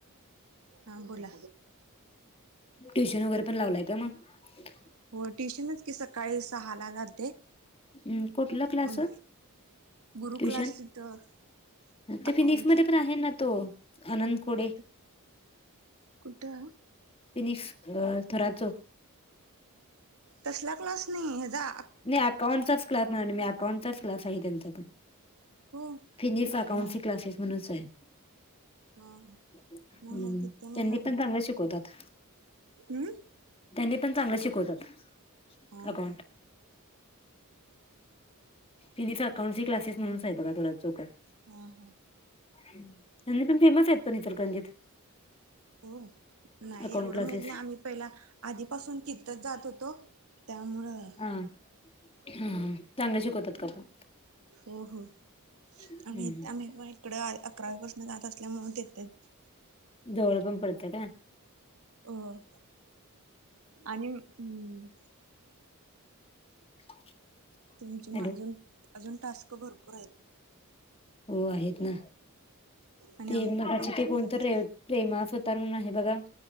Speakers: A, on the right (about 75°); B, on the left (about 25°).
A: हा बोला
B: ट्युशन वगैरे पण लावलाय का? मग अच्छा <unintelligible>
A: होय ट्यूशनच की सकाळी सहा ला जाते.
B: हम् कुठला? क्लास
A: मग गुरु
B: ट्युशन
A: क्लास तिथं
B: ते
A: अकाउंटचा
B: फिनिक्स मध्ये पण आहे ना तो आनंद खोडे
A: कुठ कुठं? ओ
B: फिनिक्स अ थोरात चौक
A: तसला क्लास नाही हेजा
B: नाही अकाउंटचाच क्लास म्हणालोय मी अकाउंटचाच क्लास आहे त्यांचा पण
A: हो
B: फिनिक्स अकाउंटची
A: नाही
B: क्लासेस म्हणूनच आहे
A: हा
B: हम्म
A: नाही नाही तिथे
B: त्यांनी
A: नाही लावले
B: पण चांगलं शिकवतात.
A: हम्म
B: त्यांनी पण चांगलं शिकवतात
A: हा
B: अकाउंट
A: हा
B: फिनिस अकाउंटसी क्लासेस म्हणूनच आहे बघा थोरात चौकात
A: हा हा
B: आणि पण फेमस आहेत पण इचलकरंजीत
A: होय नाही
B: अकाउंट
A: एवढं
B: क्लासेस
A: माहीत नाही आम्ही पहिला आधी पासून तितच जात होतो त्यामुळं
B: हा हा हा चांगले शिकवतात का पण
A: हो हो
B: हम्म
A: आम्ही
B: हम्म.
A: इथ आम्ही मग इकडं अकरावीपासनं जात असल्यामुळे देत्यात
B: जवळ पण पडतय काय
A: होय आणि हम्
B: <inaudible>
A: तुमची
B: हॅलो
A: अजून अजून टास्क भरपूर आहेत.
B: हो आहेत ना
A: आणि
B: ते
A: आम
B: मगाच्या
A: आमचे
B: ते कोण
A: पण जास्त
B: तरी
A: आहेत.
B: प्रेमा सुतार म्हणून आहे बघा